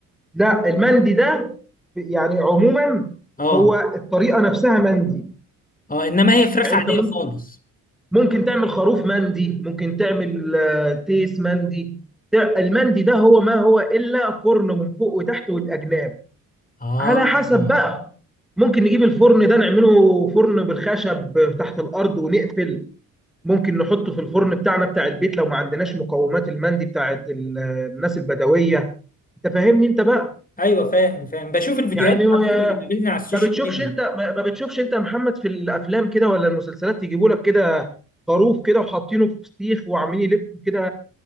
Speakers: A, in the centre; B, on the left (about 20°).
A: لا المندي ده يعني عموما
B: اه
A: هو الطريقه نفسها مندي
B: اه انما هي فراخ
A: يعني
B: عادية
A: انت ممكن
B: خالص
A: ممكن تعمل خروف مندي ممكن تعمل آه، تيس مندي تع- المندي ده هو ما هو إلا فرن من فوق وتحت والأجناب
B: اه
A: على حسب بقى ممكن نجيب الفرن ده نعمله فرن بالخشب تحت الأرض ونقفل ممكن نحطه في الفرن بتاعنا بتاع البيت لو ما عندناش مقومات المندي بتاعت ال- الناس البدوية انت فاهمني انت بقى
B: ايوه فاهم فاهم بشوف الفيديوهات
A: يعني ما
B: على فكرة بتقابلني على السوشيال
A: بتشوفش
B: ميديا
A: انت ما ما بتشوفش انت يا محمد في الافلام كده ولا المسلسلات يجيبوا لك كده خروف كده وحاطينه في سيخ وعاملين يلف كده